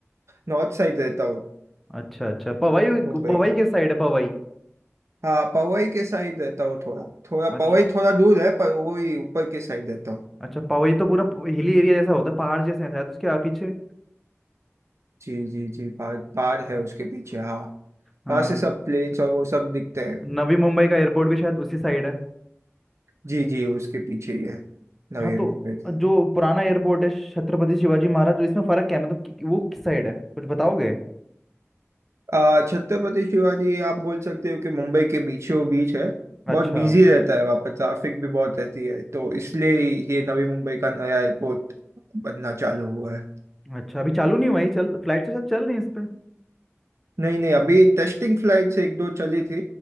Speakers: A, on the right; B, in the centre.
A: नॉर्थ साइड रहता हूँ
B: अच्छा अच्छा पवई
A: मुंबई
B: पवई
A: के
B: किस साइड है पवई
A: हाँ पवई के साइड रहता हूँ थोड़ा थोड़ा
B: अच्छा
A: पवई थोड़ा दूर है पर वो ही ऊपर के साइड रहता हूँ
B: अच्छा पवई तो पूरा हिली एरिया जैसा होता है पहाड़ जैसे है शायद उसके आ- पीछे
A: जी जी जी पहाड़ पहाड़ है उसके पीछे हाँ
B: हाँ
A: वहाँ से सब प्लेन्स और वो सब दिखते हैं
B: नवी मुंबई का एयरपोर्ट भी शायद उसी साइड है
A: जी जी उसके पीछे ही है नवी
B: हाँ तो
A: मुंबई का
B: जो पुराना एयरपोर्ट है छत्रपति शिवाजी महाराज इसमें फर्क क्या है मतलब कि, कि वो किस साइड है कुछ बताओगे
A: आ, छत्रपति शिवाजी आप बोल सकते हो कि मुंबई के बीचों बीच है
B: अच्छा
A: बहुत बिजी रहता है वहाँ पर ट्रैफिक भी बहुत रहती है तो इसलिए ये नवी मुंबई का नया एयरपोर्ट बनना चालू हुआ है
B: अच्छा अभी चालू नहीं हुआ ये चल फ्लाइट तो शायद चल रही है इस पे
A: नहीं नहीं अभी टेस्टिंग फ्लाइट एक दो चली थी